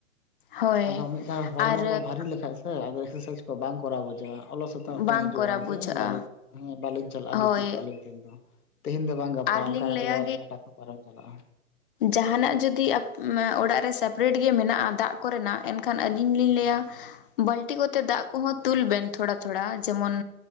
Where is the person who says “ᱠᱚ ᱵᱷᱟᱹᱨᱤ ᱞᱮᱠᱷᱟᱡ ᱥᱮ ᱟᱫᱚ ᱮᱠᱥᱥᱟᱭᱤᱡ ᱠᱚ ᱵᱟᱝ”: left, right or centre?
Left